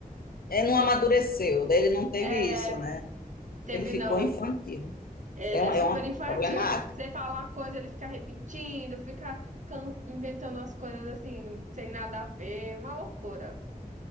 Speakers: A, on the left; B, on the right.
A: É, não
B: É,
A: amadureceu, daí ele não teve
B: é,
A: isso, né?
B: teve
A: Ele ficou
B: não.
A: infantil.
B: Ele
A: É, um-
B: é
A: é
B: super
A: uma
B: infantil.
A: problemática.
B: Você fala uma coisa, ele fica repetindo, fica can- inventando umas coisas assim, sem nada a ver, uma loucura.